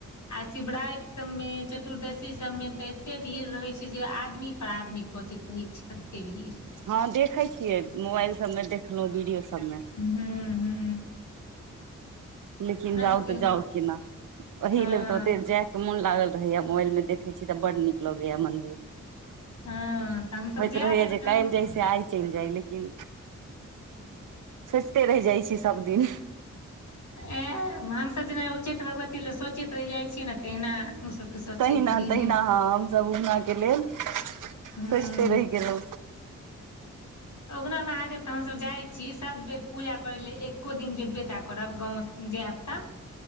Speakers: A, on the left (about 65°); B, on the right (about 75°).
A: आ शिवरात सबमे चतुर्दशी सबमे त कतेक भीड़ रहै छै जे आदमी पर आदमी खोजैत रहै छै कतेक भीड़
B: हँ देखैत छियै मोबाइल सबमे देखलहुँ वीडियो सबमे
A: हू हू
B: लेकिन जाउ
A: सबके
B: तऽ जाउ केना ओहि
A: हँ
B: लेल तऽ ओते जाय मोन लागल रहैया मोबाइल मे देखै छी तऽ बड नीक लगैया मंदिर
A: हँ तऽ हमसब
B: होईत
A: जायब
B: रहिय
A: बेर
B: जे
A: गाँव
B: काल्ह जाइस आय चलि जाइ लेकिन सोचिते रहि जाइ छी सब दिन
A: एं हमसभ जेना उच्चैठ भगवती लए सोचैत रहि जाइ छियै ने तहिना ओसभ सोचैत
B: तहिना
A: रहि जा
B: तहिना हँ हमसभ उगना के लेल
A: ह
B: सोचिते रहि गेलहुँ
A: उगना महादेव तऽ हमसभ जाइ छी सभ बेर पूजा करय ले एक्को दिन जे बेटा करब गाँव जायब तऽ <inaudible>